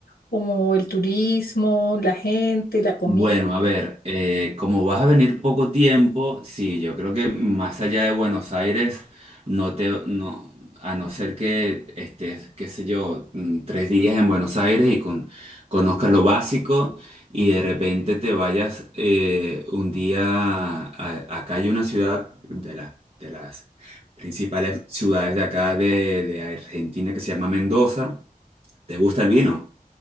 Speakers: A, on the left; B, on the right.
A: como el turismo, la gente, la comida.
B: Bueno, a ver, eh, como vas a venir poco tiempo, sí, yo creo que más allá de Buenos Aires, no te, no, a no ser que estés, qué sé yo, mm, tres días en Buenos Aires y con, conozcas lo básico y de repente te vayas eh, un día, a- acá hay una ciudad de las, de las principales ciudades de acá de, de Argentina que se llama Mendoza. ¿Te gusta el vino?